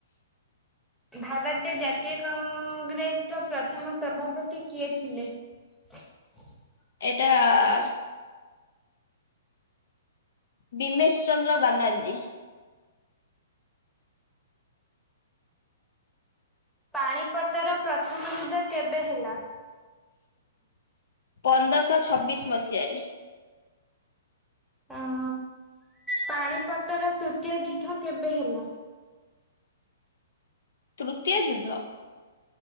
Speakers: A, in the centre; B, on the left.
A: ଭାରତୀୟ ଜାତୀୟ କଂ-ଗ୍ରେସର ପ୍ରଥମ ସଭାପତି କିଏ ଥିଲେ? <inaudible>
B: ଏଟା ଆ ବିମେଶ୍ ଚନ୍ଦ୍ର ବାନାର୍ଜୀ।
A: ପାଣିପତର ପ୍ରଥମ ଯୁଦ୍ଧ କେବେ ହେଲା?
B: ପନ୍ଦରଶ ଛବିଶି ମସିହାରେ।
A: ଅଁ ପାଣିପତର ତୃତୀୟ ଯୁଦ୍ଧ କେବେ ହେଲା?
B: ତୃତୀୟ ଯୁଦ୍ଧ।